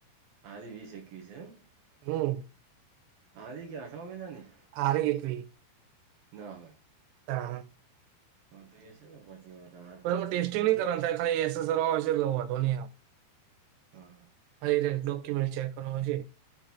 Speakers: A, on the right; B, on the right.
A: ખાલી વીસ એકવીસ એમ
B: હમ
A: આરી કે આઠવા મહિનાની
B: હારી એકવી
A: ના હોય
B: <unintelligible>
A: તો તો એશે ને પછી અવે તો આજ
B: પણ
A: તો
B: એમાં
A: ચૌદ
B: ટેસ્ટિંગ
A: તો થૈ
B: <unintelligible> એટલે વોંધો નઈ આવ
A: હા
B: હા એજ ડોક્યુમેન્ટ ચેક કરવાના છે